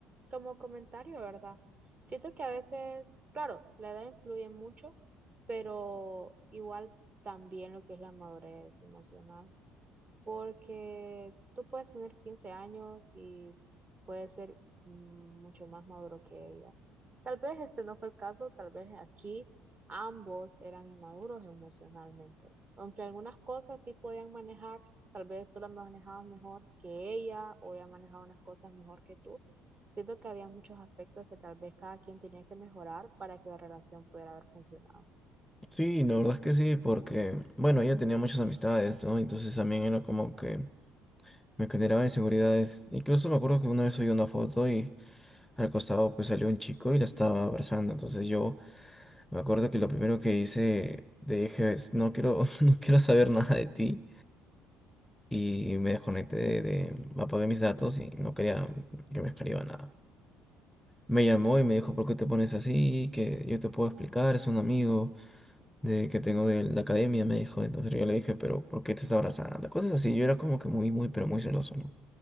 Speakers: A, on the right; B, in the centre.
A: como comentario, ¿verdad? Siento que a veces, claro, la edad influye mucho, pero igual también lo que es la madurez emocional. Porque tú puedes tener 15 años y puedes ser mm, mucho más maduro que ella. Tal vez este no fue el caso, tal vez aquí ambos eran inmaduros emocionalmente. Aunque algunas cosas sí podían manejar, tal vez tú las manejabas mejor que ella o ella manejaba unas cosas mejor que tú. Siento que había muchos aspectos que tal vez cada quien tenía que mejorar para que la relación pudiera haber funcionado.
B: sí, la verdad es que sí, porque, bueno, ella tenía muchas amistades, ¿no? Entonces también era como que me generaba inseguridades. Incluso me acuerdo que una vez subí una foto y al costado, pues, salió un chico y la estaba abrazando. Entonces yo me acuerdo que lo primero que hice, le dije, es, no quiero, <laughs> no quiero saber nada de ti. y me desconecté de, de- apagué mis datos y no quería que me escriba nada. Me llamó y me dijo, ¿por qué te pones así? Que yo te puedo explicar, es un amigo de, que tengo de la academia, me dijo. Entonces yo le dije, pero ¿por qué te está abrazando? Cosas así, yo era como que muy, muy, pero muy celoso, ¿no?